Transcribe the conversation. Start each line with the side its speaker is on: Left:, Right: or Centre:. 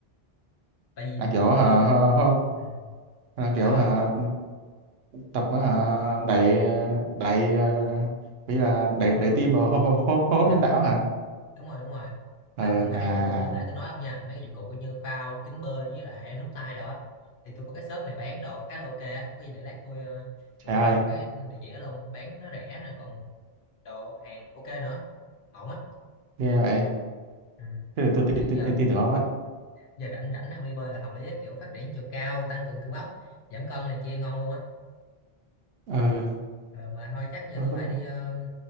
Left: tại vì
Right: là kiểu
Left: học
Right: hả,
Left: nếu học
Right: hả,
Left: ừ,
Right: hả
Left: ừ,
Right: là kiểu
Left: sao
Right: hả
Left: á
Right: tập á hả đẩy đẩy ờ, bây là đẩy
Left: ừ,
Right: đẩy tim rồi hô hô hô hô hấp
Left: ờ.
Right: nhân tạo hả
Left: đúng rồi đúng rồi
Right: ờ
Left: mà cần mấy
Right: à
Left: cái dụng cụ mà
Right: à.
Left: nãy tôi nói không nha mấy cái dụng cụ coi như phao kính bơi với lại nút tay đồ á thì tôi có cái shop này bán đồ khá là ok á có gì để lát tôi ờ,
Right: trời
Left: gửi
Right: ơi
Left: cho ông cái địa chỉ đó luôn bán nó rẻ nè còn đồ hàng ok nữa ổn á
Right: ghê vậy
Left: ừ.
Right: thế thì tôi tin
Left: kiểu
Right: tin
Left: giờ
Right: tin tin tưởng ông á
Left: giờ rảnh rảnh ông đi bơi là hợp lý á kiểu phát triển chiều cao tăng cường cơ bắp giảm cân này kia ngon luôn á
Right: ừ
Left: ờ, mà thôi chắc giờ
Right: Không,
Left: tôi
Right: không,
Left: phải
Right: không.
Left: đi ờ,